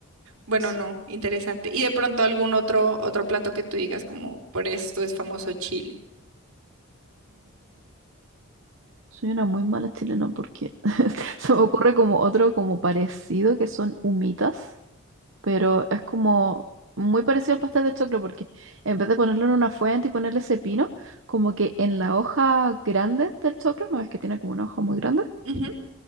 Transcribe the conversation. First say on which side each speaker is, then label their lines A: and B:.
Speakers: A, on the right (about 80°); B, on the right (about 60°).
A: Bueno,
B: Sí.
A: no, interesante. Y de pronto algún otro, otro plato que tú digas como por esto es famoso Chile.
B: Soy una muy mala chilena porque <laughs> se me ocurre como otro como parecido que son humitas, pero es como muy parecido al pastel de choclo porque en vez de ponerlo en una fuente y ponerle ese pino, como que en la hoja grande del choclo, no es que tiene como una hoja muy grande,
A: Ujú,